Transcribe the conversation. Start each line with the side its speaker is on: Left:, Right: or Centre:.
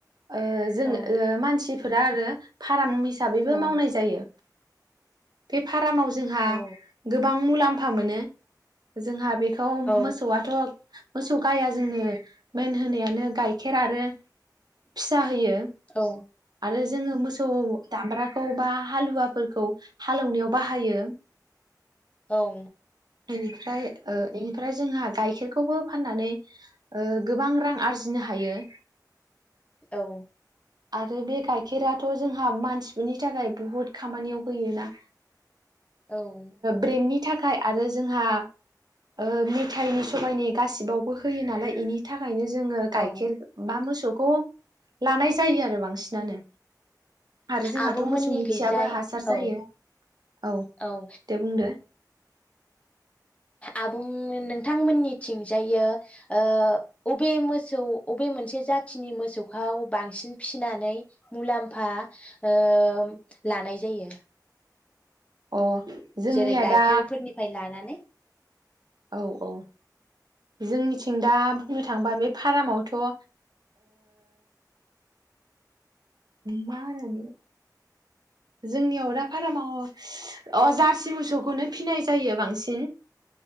Right: ओ जों
Left: औ
Right: ओ मानसि फोरा आरो। फाराम हिसाबैबो
Left: औ
Right: मावनाय जायो बे फा फारामाव जोंहा
Left: औ
Right: गोबां मुलामफा मोनो जोंहा बे मोसौआथ'
Left: औ
Right: मोसौ गाया जोंनो मेन होनायानो गाइखेर आरो फिसा होयो
Left: औ
Right: आरो जोङो मोसौ दामब्राखौ बा हालुवाफोरखौ हालौवनायाव बाहायो
Left: औ
Right: बेनिफ्राय ओ बेनिफ्राय जोंहा गाइखेरखौबो फाननानै ओ गोबां रां आरजिनो हायो
Left: औ
Right: आरो बे गाइखेराथ जोंहा मानसिफोरनि थाखाय बहुद खामानियाव होयोना
Left: औ
Right: ब्रेेननि थाखाय आरो जोंहा ओ मेथाइनि सबायनि गासिबावबो होयो नालाय बेनि थाखाय नो जोङो गाइखेर
Left: औ
Right: बा मोसौ खौ लानाय जायो आरो बांसिनानो आरो जोंहाथ'
Left: आब'मोननि
Right: मोसौनि
Left: खैजाय
Right: खियाबो हासार जायो
Left: औ
Right: औ
Left: औ‌ ओ
Right: दे बुंदो
Left: आबुं नोंथांमोननिथिंजायो ओ‌ बबे मोसौ बबे मोनसे जाथिनि मोसौखौ बांसिन फिनानै मुलाम्फा ओ लानाय जायो?
Right: अ जोंनिया
Left: जेरै गाइखेरफोरनिफ्राय
Right: दा
Left: लानानै
Right: औ औ जोंनिथिं दा बुंनो थाङोबा बे फारामावथ' ओ मा होनोमोन जोंनियाव दा फारामाव अ जारसि मोसौखौनो फिनाय जायो बांसिन।